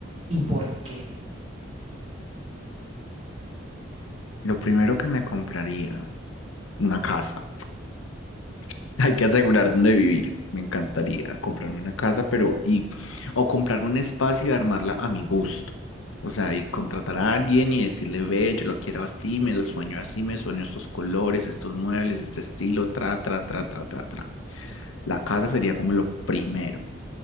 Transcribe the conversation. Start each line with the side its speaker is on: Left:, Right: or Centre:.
Right: y por qué?
Left: Lo primero que me compraría, una casa. <laughs> Hay que asegurar dónde vivir. Me encantaría comprarme una casa, pero y o comprar un espacio y armarla a mi gusto. O sea, y contratar a alguien y decirle, ve, yo lo quiero así, me lo sueño así, me sueño estos colores, estos muebles, este estilo, tra, tra, tra, tra, tra, tra. La casa sería como lo primero.